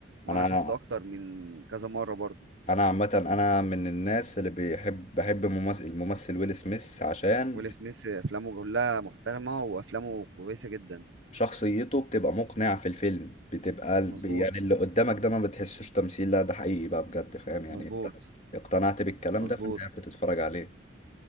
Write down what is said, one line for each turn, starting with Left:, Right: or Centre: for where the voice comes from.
Right: وانا
Left: انا
Right: شفته اكتر من كذا مره برضه
Left: انا عامة انا من الناس اللي بيحب بحب ممثل الممثل ويل سميث عشان
Right: ويل سميث افلامه كلها محترمه وافلامه كويسه جدا
Left: شخصيته بتبقى مقنعة في الفيلم بتبقى ال-
Right: مظبوط
Left: يعني اللي قدامك ده ما بتحسوش تمثيل لا ده حقيقي بقى بجد فاهم يعني
Right: مظبوط
Left: انت اقتنعت بالكلام
Right: مظبوط
Left: ده فانت قاعد بتتفرج عليه